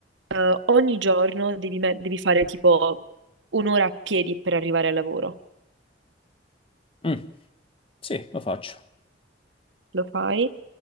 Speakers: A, on the right; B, on the left.
A: eh, ogni giorno devi, me- devi fare tipo un'ora a piedi per arrivare al lavoro.
B: Mm, sì, lo faccio.
A: Lo fai?